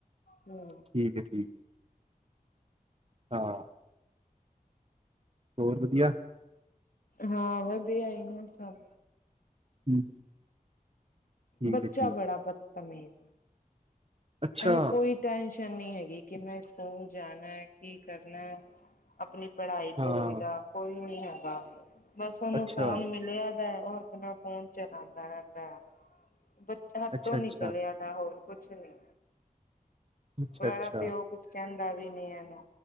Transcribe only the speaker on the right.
ਠੀਕ ਹੈ ਠੀਕ ਹਾਂ। ਹੋਰ ਵਧੀਆ।
ਹਮ। ਠੀਕ
ਹੈ ਠੀਕ
ਅੱਛਾ
ਹਾਂ
ਅੱਛਾ
ਅੱਛਾ
ਅੱਛਾ
ਅੱਛਾ
ਅੱਛਾ